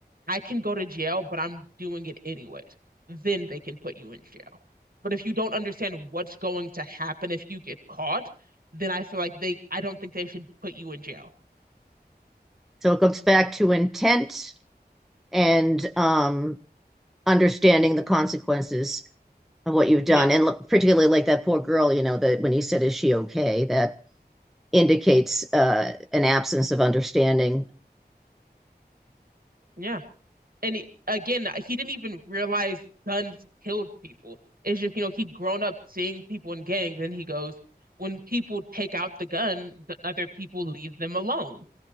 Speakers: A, on the right (about 55°); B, in the centre.
A: I can go to jail, but I'm doing it anyways. Then they can put you in jail. But if you don't understand what's going to happen if you get caught, then I feel like they, I don't think they should put you in jail.
B: So it goes back to intent and um, understanding the consequences of what you've done
A: Yes.
B: and particularly like that poor girl you know that when he said is she okay that indicates uh an absence of understanding
A: Yeah. And he, again, he didn't even realize guns killed people. It's just, you know, he'd grown up seeing people in gangs, and he goes, when people take out the gun, the other people leave them alone.